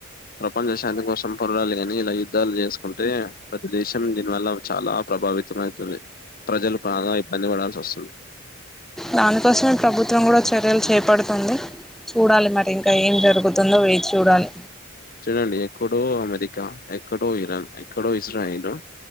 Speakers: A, on the left; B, in the centre.
A: ప్రపంచ శాంతి కోసం పొర్లాలి కానీ యుద్దధాలు చేస్ కుంటే ప్రతిదేశం దీనివల్ల చాలా ప్రభావితమైతుంది ప్రజలు బాగా ఇబ్బంది పడాల్సొస్తుంది.
B: దానికోసమే ప్రభుత్వం కూడా ఓచ్ చర్యలు చేపడుతుంది చూడాలి మరి ఇంకా ఏం జరుగుతుందో వేచి చూడాలి
A: చూడండి ఎక్కడో అమెరికా ఎక్కడో ఇరాన్ ఎక్కడో ఇజ్రాయిలు